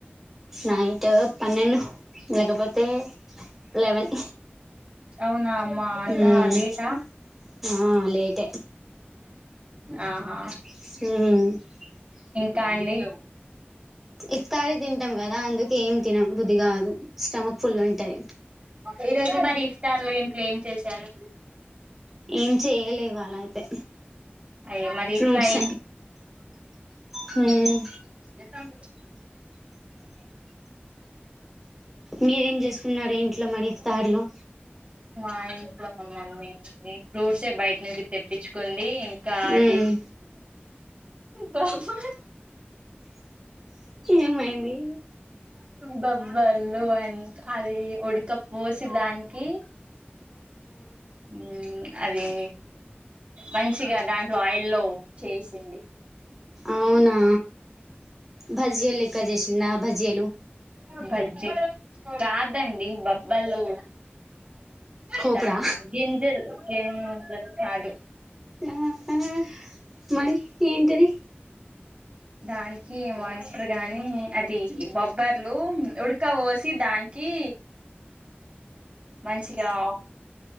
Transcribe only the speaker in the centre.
నైట్ పన్నెండు లేకపోతే లెవెన్
మ్మ్
ఆ లేటే
హుమ్
ఇఫత్తరి తింటాం కదా అందుకే ఏం తినం బుద్ధి కాదు స్టమక్ ఫుల్ ఉంటది
ఏం చేయలే ఇవ్వాళ అయితే
ఫ్రూట్స్
హుమ్
మీరేం చేసుకున్నారు ఇంట్లో మరి తార్లో
మ్మ్
ఏమైంది
అవునా బజ్జీలు లెక్క చేసిండా బజ్జీలు
కోపడా
ఆహా మరి ఏంటిది